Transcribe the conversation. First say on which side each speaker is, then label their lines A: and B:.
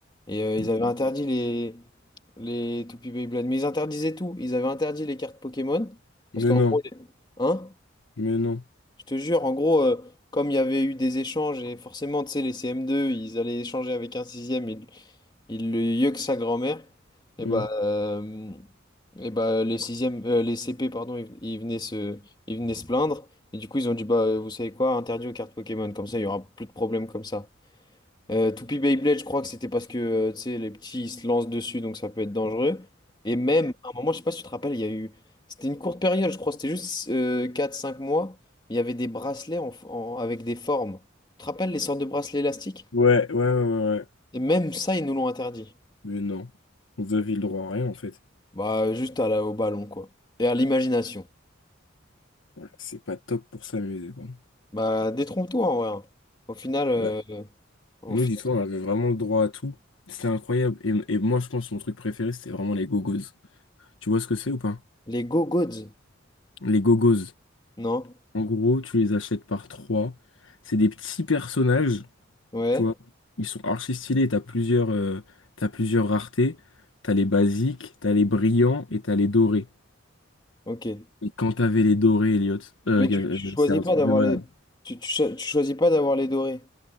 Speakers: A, on the left; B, on the left.
A: Et euh, ils
B: Ok.
A: avaient interdit les, les Toupee Beyblade. Mais ils interdisaient tout. Ils avaient interdit les cartes Pokémon. Parce
B: Mais
A: qu'en
B: non,
A: gros, les- hein?
B: mais non.
A: Je te jure, en gros, euh, comme il y avait eu des échanges, et forcément, tu sais, les CM2, ils allaient échanger avec un sixième. ils il le mieux que sa grand-mère. Et
B: Hmm.
A: bah, euh, et bah les sixièmes, euh, les CP, pardon, ils, ils venaient se, ils venaient se plaindre. Et du coup, ils ont dit, bah, euh, vous savez quoi, interdit aux cartes Pokémon. Comme ça, il y aura plus de problèmes comme ça. Euh, Toupie Beyblade, je crois que c'était parce que, euh, tu sais, les petits, ils se lancent dessus, donc ça peut être dangereux. Et même, à un moment, je sais pas si tu te rappelles, il y a eu... C'était une courte période, je crois, c'était juste euh, quatre cinq mois. Il y avait des bracelets en, en- avec des formes. Tu te rappelles les sortes de bracelets élastiques?
B: Ouais, ouais, ouais, ouais. ouais. ouais.
A: Et même ça, ils nous l'ont interdit.
B: Mais non. Vous avez le droit à rien, en fait.
A: Bah, juste à la, au ballon, quoi. Et à l'imagination.
B: Ah, C'est pas top pour s'amuser, quoi.
A: Bah, détrompe-toi, en vrai. hein. Au final, euh,
B: Ouais.
A: au
B: Nous,
A: final,
B: dis-toi, on avait vraiment le droit à tout. C'était incroyable. Et, et moi, je pense que mon truc préféré, c'était vraiment les gogos. Tu vois ce que c'est ou pas?
A: les go-gods,
B: Les gogos.
A: non?
B: En gros, tu les achètes par trois. C'est des petits personnages,
A: Ouais,
B: tu vois. Ils sont archi stylés. T'as plusieurs, euh, t'as plusieurs raretés. T'as les basiques, t'as les brillants et t'as les dorés.
A: ok.
B: Et quand t'avais les dorés, Elliot, euh,
A: Mais tu,
B: euh,
A: tu choisis
B: c'est un
A: pas
B: truc
A: d'avoir
B: de malade.
A: les... Tu, tu, cho- tu choisis pas d'avoir les dorés.